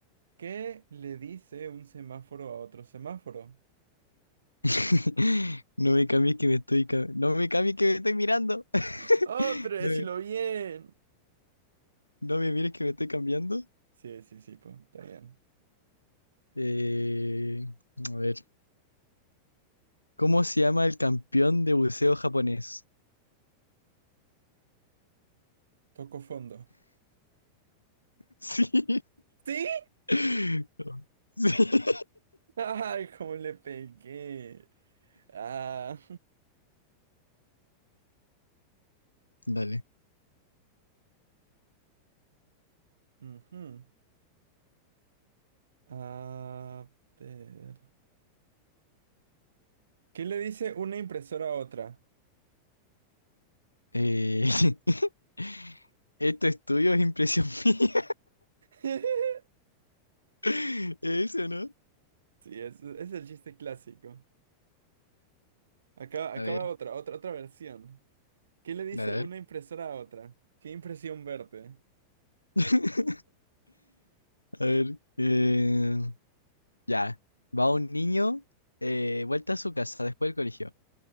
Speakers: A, on the right (about 65°); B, on the left (about 80°).
A: ¿Qué le dice un semáforo a otro semáforo?
B: <laughs> No me cambies que me estoy ca- no me cambies que me estoy mirando. <laughs>
A: <laughs> ¡Oh, pero decilo
B: No, me
A: bien!
B: no me mires que me estoy cambiando.
A: Sí, sí, sí, pues, está bien.
B: Eh, a ver, ¿cómo se llama el campeón de buceo japonés? <laughs>
A: Toco fondo.
B: Sí.
A: ¡Sí!
B: <laughs> Sí.
A: Ay, cómo le pegué. Ah.
B: Dale.
A: <laughs> ujú. A ver. ¿Qué le dice una impresora a otra?
B: Eh, <laughs> esto es tuyo, es impresión <laughs> mía.
A: <laughs>
B: <laughs> Eso, ¿no?
A: Sí, es, es el chiste clásico. Acaba, acaba
B: A ver,
A: otra, otra, otra versión. ¿Qué le dice
B: a ver.
A: una impresora a otra? Qué impresión verte.
B: <laughs> A ver. eh, ya. Va un niño, eh, vuelta a su casa después del colegio.